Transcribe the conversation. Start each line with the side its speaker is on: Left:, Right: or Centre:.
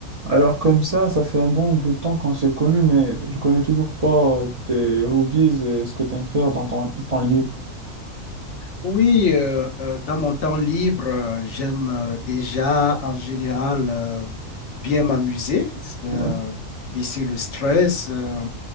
Right: Alors comme ça, ça fait un bon bout de temps qu'on se connaît, mais je connais toujours pas euh, tes hobbies et ce que tu aimes faire dans ton temps libre.
Left: Oui, euh, euh, dans mon temps libre, euh, j'aime euh, déjà en général euh, bien m'amuser, c'est, euh,
Right: Ouais,
Left: baisser le stress. euh,